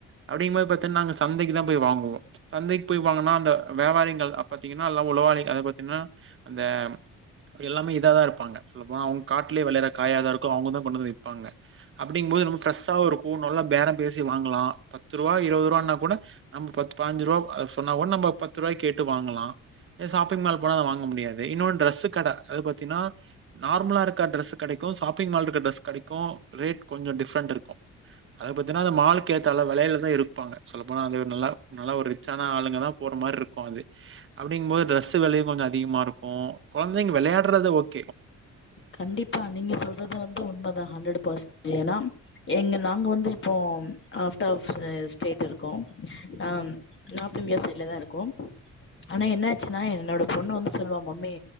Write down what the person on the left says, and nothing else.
கண்டிப்பா நீங்க சொல்றது வந்து உண்ம தா. ஹண்ட்ரட் பர்சண்ட் ஏனா ஏங்க நாங்க வந்து இப்போ அவுட் ஆப் ஸ்டேட் இருக்கோ அ நார்த் இந்தியா சைட்ல தா இருக்கோ ஆனா என்ன ஆச்சுன்னா என்னோட பொண்ணு வந்து சொல்லுவா மம்மி